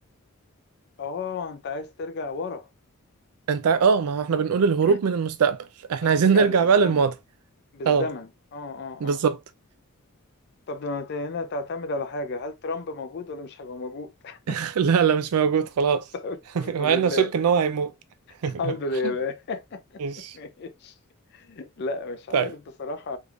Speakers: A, on the left (about 50°); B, on the right (about 80°).
A: اه انت عايز ترجع ورا
B: انت اه ما هو احنا
A: <clears throat>
B: بنقول الهروب من المستقبل احنا
A: عايز
B: عايزين
A: ترجع
B: <laughs> نرجع
A: بالزمن
B: بقى للماضي
A: بالزمن
B: اه
A: اه اه
B: بالظبط
A: اه طب ما انت هنا تعتمد على حاجة هل ترامب موجود ولا مش هيبقى موجود <laughs>
B: <laughs> لا لا مش موجود خلاص
A: الحمد
B: <laughs> مع
A: لله
B: اني اشك ان هو هيموت <laughs>
A: الحمد لله <laughs>
B: ماشي
A: ماشي لا مش
B: طيب
A: عارف بصراحة